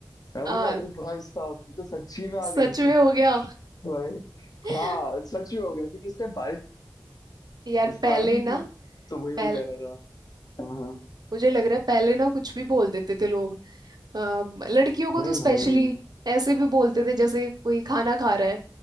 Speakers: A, on the left; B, on the right.
A: मैं
B: आ,
A: बोला अरे भाई साहब ये तो सच्ची में आ
B: सच
A: गई <laughs>
B: में हो गया
A: भाई
B: <laughs>
A: हाँ सच में हो गया क्योंकि उस टाइम बारिश
B: यार
A: बारिश
B: पहले
A: तो आनी ही
B: ना
A: थी तो वही वो
B: पहले
A: कह रहा था हाँ हाँ
B: मुझे लग रहा है पहले ना कुछ भी बोल देते थे लोग अ, लड़कियों को
A: वही
B: तो स्पेशली
A: भाई
B: ऐसे भी बोलते थे जैसे कोई खाना खा रहा है